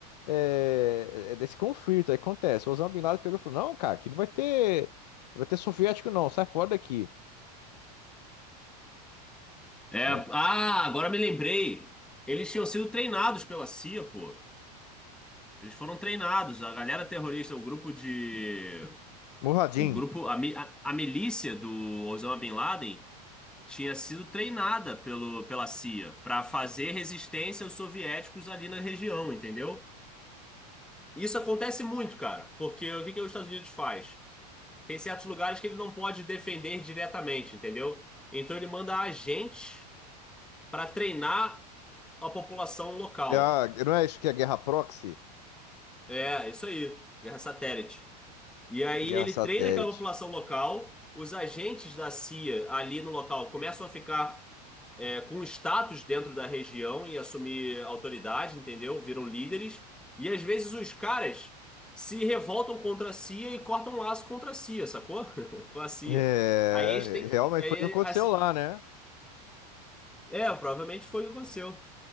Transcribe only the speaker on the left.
é, é desse conflito. Aí acontece. O Osama Bin Laden pegou e falou: Não, cara, aqui não vai ter, não vai ter soviético, não. Sai fora daqui.
É.
Murradinho.
É a- não é isso que é guerra proxy?
Guerra
satélite.
É,
realmente
foi o que aconteceu
lá, né?